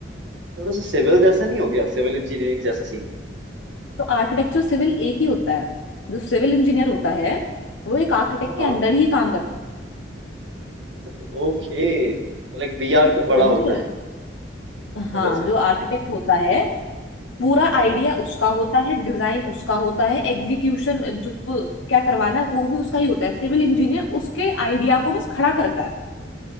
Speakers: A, on the right (about 75°); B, on the left (about 80°).
A: थोड़ा सा सिविल जैसा नहीं हो गया सिविल इंजीनियरिंग जैसा सीन
B: हैं। तो आर्किटेक्चर सिविल एक ही होता है जो सिविल इंजीनियर होता है वो एक आर्किटेक्ट
A: हाँ हाँ
B: के अंडर ही काम करता
A: अच्छा तो ओके लाइक बिया क- बड़ा
B: है समझे
A: होता है टेबल
B: हाँ
A: से
B: जो आर्किटेक्ट होता है पूरा
A: हाँ
B: आइडिया
A: हाँ
B: उसका होता है डिजाइन उसका होता है एग्जीक्यूशन जो जो क्या करवाना है वो भी उसका ही होता है सिविल इंजीनियर उसके आइडिया को बस खड़ा करता है